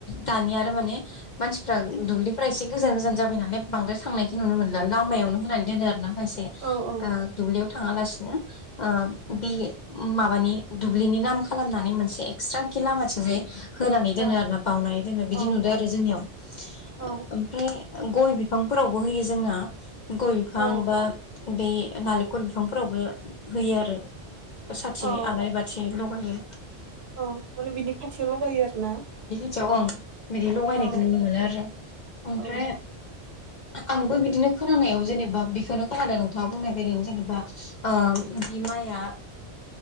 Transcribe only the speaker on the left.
दानिया आरो माने मानसिफ्रा दुब्लिफ्रा एसे गोजान गोजान जाबाय नालाय बांद्राय थांनायखौ नुनो मोनला लामायाव नो होनानै दोनो आरो ना खायसे
दुब्लियाव थाङा लासिनो। ओ बे माबानि दुब्लिनि नाम खालामनानै मोनसे एक्सट्रा खि लामाथिं जाय होनानै दोनो
आरो ना बावनानै दोनो बिदि
नुदो आरो जोंनियाव ओ
ओमफ्राय गय बिफांफोरावबो होयो जोंना गय बिफां
बा बे नालेंखर बिफांफोरावबो होयो आरो साथि
आलारि बाथि लगायो।
थियाव ओं बिदि लगायनायखौ
नुनो मोनो आरो। ओमफ्राय
आंबो बिदिनो खोनानायाव जेनेबा बिखोनो खोनादों नोंथाङा बुंनाय बायदि जेनेबा ओ बि माया